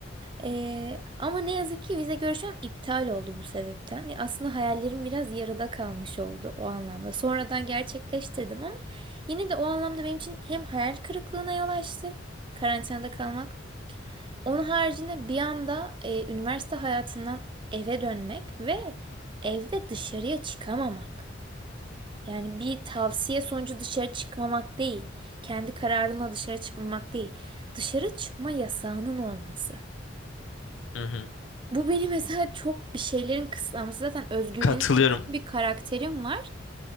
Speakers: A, on the right (about 25°); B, on the left (about 75°).
A: E, ama ne yazık ki vize görüşmem iptal oldu bu sebepten. Aslında hayallerim biraz yarıda kalmış oldu o anlamda. Sonradan gerçekleştirdim ama Yine de o anlamda benim için hem hayal kırıklığına yol açtı, karantinada kalmak. Onun haricinde bir anda e, üniversite hayatından eve dönmek ve evde dışarıya çıkamamak. Yani bir tavsiye sonucu dışarı çıkmamak değil, kendi kararına dışarı çıkmamak değil, dışarı çıkma yasağının olması.
B: Hı hı.
A: Bu beni mesela çok bir şeylerin kısıtlaması. Zaten özgürlüğüne
B: Katılıyorum.
A: düşkün bir karakterim var.